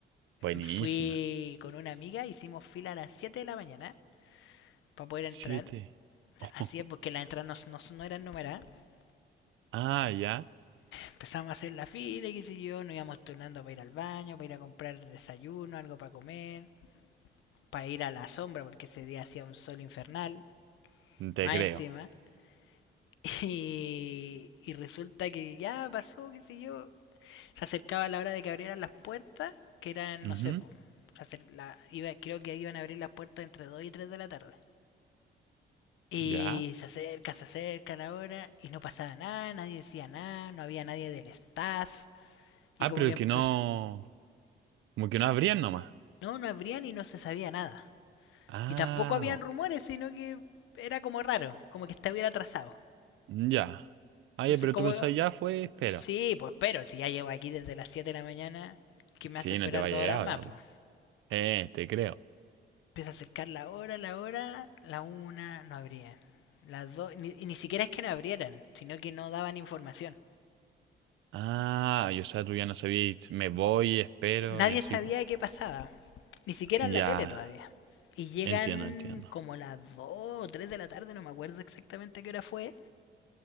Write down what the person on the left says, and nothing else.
Fui con una amiga, hicimos fila a las 7 de la mañana para poder entrar.
Así es, porque las entradas no, no- no eran numeradas. <laughs>
Empezamos a hacer la fila y qué sé yo, nos íbamos turnando para ir al baño, para ir a comprar desayuno, algo para comer, para ir a la sombra, porque ese día hacía un sol infernal,
más
encima. <laughs> Y, y resulta que ya pasó, qué sé yo. Se acercaba la hora de que abrieran las puertas, que eran,
no sé, po, la- iba- creo que iban a abrir las puertas entre 2 y 3 de la tarde. Y
se acerca, se acerca la hora y no pasaba nada, nadie decía nada, no había nadie del staff. Y
como
que
empezó...
No, no abrían y no se sabía nada.
Y tampoco habían
rumores, sino que era como raro, como que estuviera atrasado.
Entonces
como...
Sí, pues pero si ya llevo aquí desde las 7 de la mañana, que me
hace esperar
dos
horas
más. Pues.
Empieza a acercar la hora, la hora, la una, no abrían. Las dos, ni, y ni siquiera es que no abrieran, sino que no daban información.
nadie
sabía
de qué pasaba. Ni siquiera
en la tele todavía. Y llegan
como las 2 o 3 de la tarde, no me acuerdo exactamente a qué hora fue.